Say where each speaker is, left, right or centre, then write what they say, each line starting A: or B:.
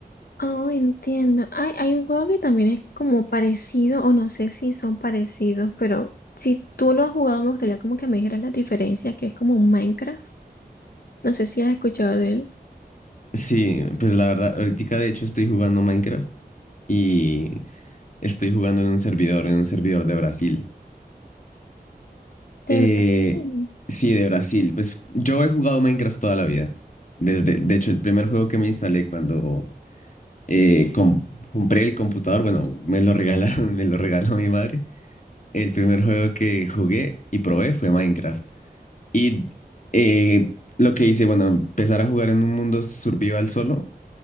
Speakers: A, on the left; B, on the left.
A: Oh, entiendo. Hay, hay un juego que también es como parecido, o no sé si son parecidos, pero si tú lo has jugado, me gustaría como que me dijeras las diferencias, que es como un Minecraft. No sé si has escuchado de él.
B: Sí, pues la verdad, ahorita de hecho estoy jugando Minecraft y estoy jugando en un servidor, en un servidor de Brasil.
A: De
B: Eh,
A: verdad, sí.
B: sí, de Brasil. Pues yo he jugado Minecraft toda la vida. Desde, de hecho, el primer juego que me instalé cuando eh, com- compré el computador, bueno, me lo regalaron, <laughs> me lo regaló mi madre. El primer juego que jugué y probé fue Minecraft. Y eh, lo que hice, bueno, empezar a jugar en un mundo survival solo